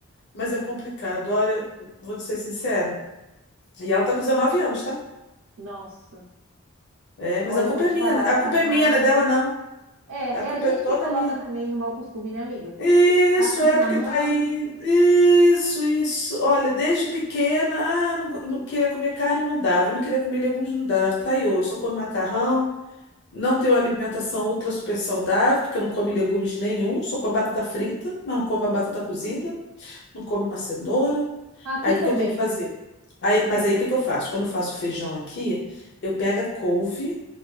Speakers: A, on the left (about 50°); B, on the right (about 80°).
A: Mas é complicado, olha, vou te ser sincera. E ela tá com 19 anos, tá?
B: Nossa,
A: É, mas
B: olha,
A: a culpa
B: eu vou te
A: é minha,
B: falar,
A: né? A
B: essa
A: culpa
B: fase.
A: é minha, não é dela, não.
B: É,
A: A culpa
B: é a gente
A: é toda
B: que coloca
A: minha.
B: também no mau costume, né, amiga?
A: Isso,
B: Tá tudo
A: é
B: na
A: porque
B: mão.
A: tá aí. Isso, isso. Olha, desde pequena, ah, não, go- não queria comer carne, não dava. Não queria comer legumes, não dava. Tá aí hoje, só come macarrão. Não tenho alimentação ultra super saudável, porque não come legumes nenhum. Só como batata frita, mas não como a batata cozida. Não como uma cenoura.
B: Aqui
A: Aí o
B: também.
A: que que eu tenho que fazer? Aí, mas aí o que que eu faço? Quando eu faço feijão aqui, eu pego a couve